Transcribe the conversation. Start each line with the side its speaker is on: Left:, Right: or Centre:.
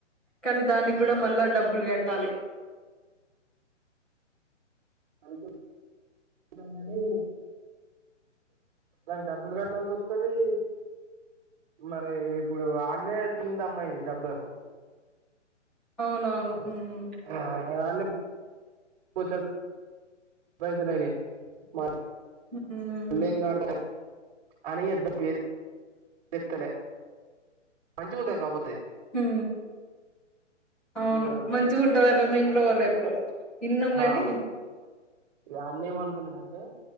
Centre: కానీ దానికి కూడా మళ్ళా డబ్బులు కట్టాలి
Right: అనుకున్నాం కని దానికి డబ్బులు కట్టాల్సి ఓత్తది మరి ఇప్పుడు ఆన్నే తినిదమైంది డబ్బలకు
Centre: అవునవును ఉమ్
Right: అ అన్నే బొచ్చడ్ పైయిసలైనయి మ
Centre: ఉమ్
Right: పులింగాడ అనిద్ద పేరుత్తలే మంచి గుంటది కాపోతే
Centre: ఉ అవును
Right: ఇగ
Centre: మంచిగా ఉంటదట మేము కూడా పోల ఎప్పుడు ఇన్నము కానీ
Right: ఆ ఇగ అన్న ఏమనుకున్నాడంటే